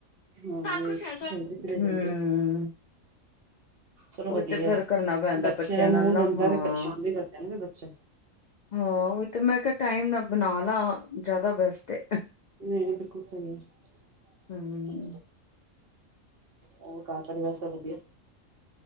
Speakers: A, on the right; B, on the left.
A: ਹਾਂ ਉਹੀ
B: ਕੂਛ ਏਸਾ,
A: ਜਲਦੀ ਫ੍ਰੀ ਹੋ
B: ਹੂੰ।
A: ਜਾਂਦੇ ਹੋ, ਚਲੋ
B: ਓਈ
A: ਵਧੀਆ
B: ਤੇ ਫੇਰ ਕਰਨਾ ਪੈਂਦੈ
A: ਬੱਚੇ
B: ਬੱਚਆ
A: ਦਾ
B: ਨਾਲ
A: ਮੂੰਹ
B: ਨਾ,
A: ਡੁੰਦਾ
B: ਹਾਂ।
A: ਵੀ ਪਰੇਸ਼ਾਨ ਵੀ ਕਰਦੇ ਨੇ ਫਿਰ ਬੱਚੇ
B: ਹਾਂ ਉਹੀ ਤਾਂ ਮੈਂ ਕਿਹਾ ਟਾਈਮ ਨਾ ਬਣਾ ਲਾ ਜ਼ਿਆਦਾ ਬੈਸਟ ਏ।
A: ਨਹੀਂ ਬਿਲਕੁਲ ਸਹੀ ਹੈ।
B: ਹਮ
A: ਔਰ ਘਰ ਪਰਿਵਾਰ ਬਸ ਵਧੀਆ?